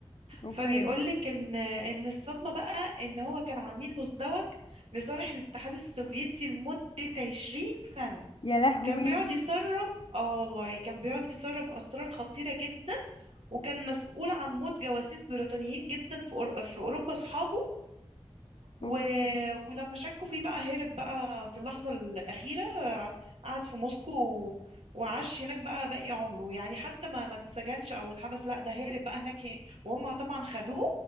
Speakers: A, on the left; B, on the right.
A: اوكي
B: فبيقولك ان آه، ان الصدمة بقى ان هو كان عميل مزدوج لصالح الاتحاد السوفيتي لمدة 20 سنة
A: يا لهوي
B: كان بيقعد يسرب اه والله كان بيقعد يسرب اسرار خطيرة جدا وكان مسؤول عن موت جواسيس بريطانيين جدا في أور- في أوروبا صحابه و...
A: اوكي
B: ولما شكوا فيه بقى هرب بقى في اللحظة الأخيرة آه، قعد في موسكو و... وعاش هناك بقى باقي عمره يعني حتى ما ما اتسجنش أو اتحبس لا ده هرب بقى هناك هي- وهم طبعا خدوه